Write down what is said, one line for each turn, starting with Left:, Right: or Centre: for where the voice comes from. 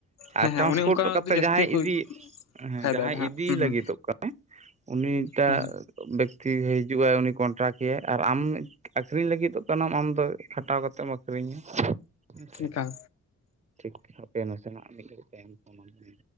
Left: ᱦᱮᱸ
Right: ᱟᱨ
Left: ᱦᱮᱸ
Right: ᱴᱨᱟᱱᱥᱯᱳᱨᱴ
Left: ᱚᱱᱮ ᱚᱱᱠᱟ
Right: ᱠᱟᱛᱮ
Left: ᱫᱚ ᱡᱟᱹᱥᱛᱤ
Right: ᱡᱟᱦᱟᱸᱭ
Left: ᱠᱚ
Right: ᱤᱫᱤ, ᱦᱮᱸ
Left: ᱯᱷᱟᱭᱫᱟᱭᱮᱫᱟ
Right: ᱡᱟᱦᱟᱸᱭ
Left: ᱦᱟᱸᱜ
Right: ᱤᱫᱤ ᱞᱟᱹᱜᱤᱫᱚᱜ
Left: ᱦᱩᱸ
Right: ᱠᱟ ᱩᱱᱤᱴᱟᱜ
Left: ᱦᱩᱸ
Right: ᱵᱮᱠᱛᱤᱭ ᱦᱤᱡᱩᱜ ᱟᱭ ᱩᱱᱤ ᱠᱚᱱᱴᱨᱟᱠᱴ ᱮᱭᱟᱭ, ᱟᱨ ᱟᱢ ᱟᱠᱷᱨᱤᱧ ᱞᱟᱹᱜᱤᱫᱚᱜ ᱠᱟᱱᱟᱢ ᱟᱢ ᱫᱚ ᱠᱷᱟᱴᱟᱣ ᱠᱟᱛᱮᱢ ᱟᱹᱠᱷᱨᱤᱧᱟ, ᱦᱮᱸ ᱥᱮ᱾
Left: ᱦᱩᱸ ᱮᱠᱟᱞ
Right: ᱴᱷᱤᱠ, ᱦᱟᱯᱮ ᱱᱟᱥᱮᱱᱟᱜ ᱢᱤᱫ ᱜᱷᱟᱲᱤᱡ ᱛᱟᱭᱚᱢ ᱯᱳᱱ ᱟᱢ <inaudible>